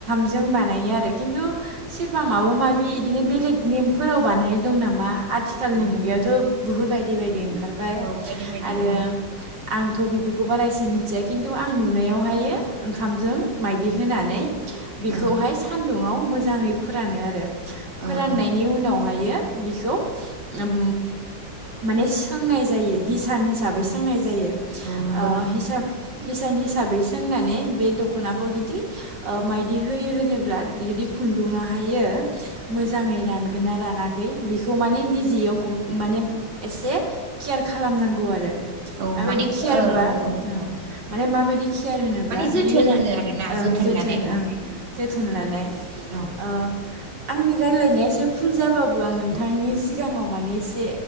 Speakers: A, on the right (about 60°); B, on the right (about 35°).
A: जों बान बानायो आरो खिन्थु सोरबा माबा माबि इदिनो बेलेग नेमफोराव बानायनाय दं नामा आथिखालनि
B: औ
A: मुगायावथ' बहु बायदि बायदि ओंखार ओंखारबाय
B: औ बायदि बायदि
A: आरो
B: औ
A: आंथ' बेफोरखौ बेखौ बारा इसि मिथिया खिन्थु आं नुनायावहायो ओंखामजों माइदि होनानै। बिखौहाय
B: औ
A: न'आव मोजाङै फोरानो आरो फोराननायनि
B: औ औ
A: उनावहायो बिखौ ओम माने सोंनाय जायो हिस भा सान हिसाबै
B: औ
A: सोंनाय जायो
B: औ नंगौ
A: ओ
B: नोंथां
A: हिसाब हिसान हिसाबै सोंनानै बे दख'नाखौ जुदि माइदि होयो होनो। ब्ला जुदि खुन्दुङा हायो मोजाङै रानगोन आरो रानाखै बेखौ माने निजियाव माने एसे केयार खालामनांगौ आरो
B: औ
A: माबायदि
B: माने
A: केयारबा
B: औ औ औ औ
A: माने माबायदि केयार होनोब्ला
B: माने जोथोन
A: बियो रान
B: होनो आरोना
A: ओं जोथोन
B: लानाय औ
A: ओं। थोनलानाय।
B: औ
A: ओ आंनि रायजलायनाया एसे फुल जाबाबो आं नोंथांनि सिगाङाव माने एसे